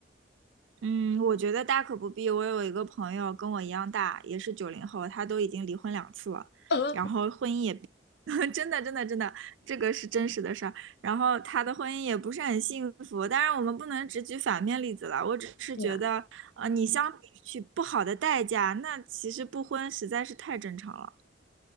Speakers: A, on the right (about 80°); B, on the left (about 55°).
A: 嗯，我觉得大可不必。我有一个朋友跟我一样大，也是九零后，他都已经离婚两次了，
B: 呃，
A: 然后婚姻也，<laughs> 真的真的真的，这个是真实的事儿。然后他的婚姻也不是很幸福。当然，我们不能只举反面例子了。我只是觉得，
B: 是吧？
A: 呃，你相比去不好的代价，那其实不婚实在是太正常了，